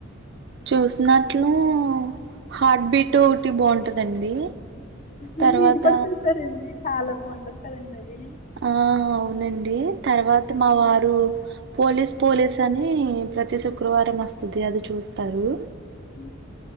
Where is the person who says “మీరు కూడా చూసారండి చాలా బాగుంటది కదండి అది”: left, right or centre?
Left